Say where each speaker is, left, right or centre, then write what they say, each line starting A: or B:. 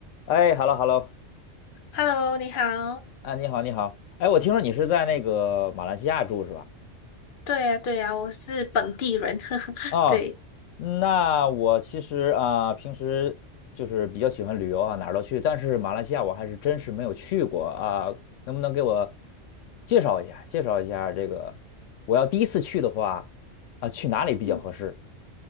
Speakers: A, on the left (about 80°); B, on the left (about 55°).
A: 哎，hello hello，
B: Hello，你好。
A: 啊，你好你好，哎，我听说你是在那个马来西亚住是吧？
B: 对呀，对呀，我是本地人，<laughs> 呵呵，
A: 啊、
B: 对。
A: 那我其实啊、平时就是比较喜欢旅游啊，哪儿都去，但是马来西亚我还是真是没有去过啊，能不能给我介绍一下，介绍一下这个，我要第一次去的话啊，去哪里比较合适？
B: 嗯，